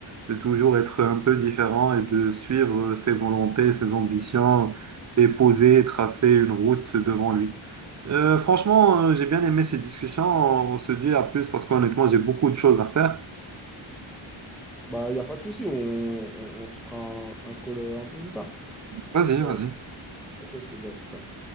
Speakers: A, on the right; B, in the centre.
A: de toujours être un peu différent et de suivre ses volontés, ses ambitions et poser, et tracer une route devant lui. Euh, franchement, euh, j'ai bien aimé ces discussions. On se dit à plus parce qu'honnêtement, j'ai beaucoup de choses à faire.
B: Bah, il n'y a pas de souci, on, on- on se fera un, un call euh, un peu plus tard. Je
A: Vas-y,
B: te-
A: vas-y.
B: ok, je te dis à plus tard.